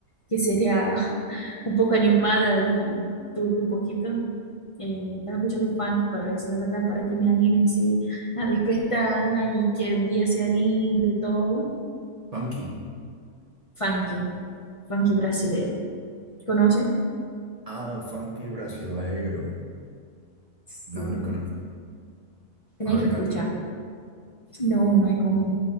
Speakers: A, on the left (about 30°); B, on the right (about 60°).
A: que sería <laughs> un poco animada y turbia un poquito. Eh, estaba escuchando funk, parece, la verdad, para que me anime así a despertar y que el día sea lindo y todo.
B: Funky.
A: Funky, funky brasilero. ¿Conoce?
B: Ah, funky brasileiro.
A: Sí,
B: No, no conozco.
A: tenéis
B: A ver,
A: que escuchar.
B: canta.
A: No, no hay cómo.